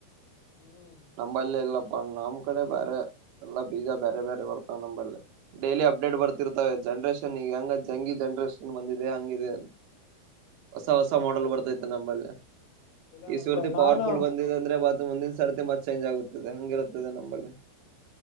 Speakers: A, on the left; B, on the right.
A: ಹ್ಮ್
B: ನಮ್ಮಲ್ಲಿ ಇಲ್ಲಪ್ಪ ನಮ್ ಕಡೆ ಬ್ಯಾರೆ ಎಲ್ಲಾ ಬೀಜ ಬ್ಯಾರೆ ಬ್ಯಾರೆ ಬರ್ತವ ನಂಬಲ್ಲಿ ಡೇಲಿ ಅಪ್ಡೇಟ್ ಬರ್ತಿರ್ತಾವ ಜನ್ರೇಷನ್ ಈಗ ಹೆಂಗ ಜಂಗಿ ಜನ್ರೇಷನ್ ಬಂದಿದೆ ಹಂಗಿದೆ <inaudible> ಹೊಸ ಹೊಸ ಮಾಡಲ್
A: ಹೌದು
B: ಬರ್ತೈತ್ ನಂಬಲ್ಲಿ
A: ಇಲ್ಲ
B: ಈ
A: ನಮ್
B: ಸರ್ತಿ
A: ಕಡೆ
B: ಪವರ
A: ನಾನು
B: ಫುಲ್ ಬಂದು ಇಲ್ಲಂದ್ರೆ ಮತ್ ಮುಂದಿನ ಸರ್ತಿ ಮತ್ ಚೇಂಜ್ ಆಗುತ್ತದೆ ಹಂಗಿರುತ್ತದೆ ನಂಬಲ್ಲಿ